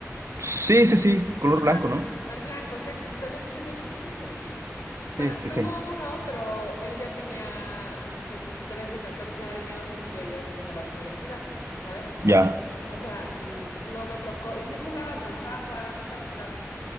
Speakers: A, on the right; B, on the left.
A: Sí, sí, sí, color
B: Ajá,
A: blanco, ¿no?
B: el blanco, es el de los primerititos.
A: Sí,
B: Bueno,
A: sí,
B: tuvo
A: sí.
B: uno, pero él ya tenía, no sé, sus 13, 14 años y yo ya estaba en la universidad, ¿sabes?
A: Ya,
B: O sea, mm, no me tocó. Y sí jugaba, me gustaba jugar Metal Slug.